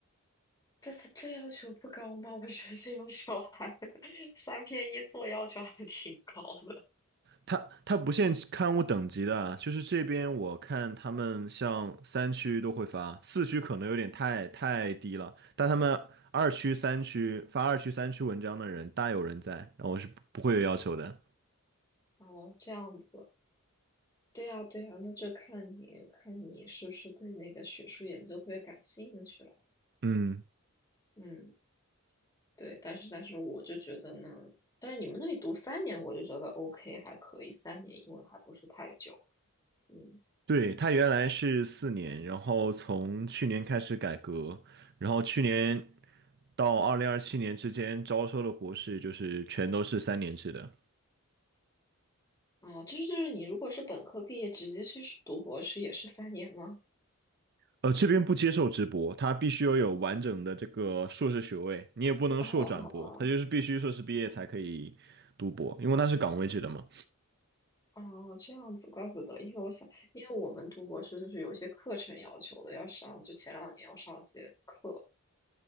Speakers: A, on the left; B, on the right.
A: 这这要求不高吗？我觉得这种小孩 <laughs> 三篇一作要求还挺高的。
B: 它它不限刊物等级的啊，就是这边我看他们像三区都会发，四区可能有点太太低了，但他们二区、三区发二区、三区文章的人大有人在，然后我是不会有要求的。
A: 哦，这样子。对呀，对呀，那就看你看你是不是对那个学术研究特别感兴趣了。
B: 嗯，
A: 嗯，对，但是但是我就觉得呢，但是你们那里读三年，我就觉得 OK 还可以，三年因为还不是太久。嗯，
B: 对，他原来是四年，然后从去年开始改革，然后去年到二零二七年之间招收的博士就是全都是三年制的。
A: 哦，就是就是你如果是本科毕业直接去读博士也是三年吗？
B: 呃，这边不接受直播，他必须要有完整的这个硕士学位，你也不能硕转博，
A: 哦哦哦
B: 他就是必须硕士毕业才可以读博，因为他是岗位制的嘛。
A: 哦，这样子，怪不得，因为我想，因为我们读博士就是有一些课程要求的，要上，就前两年要上一些课，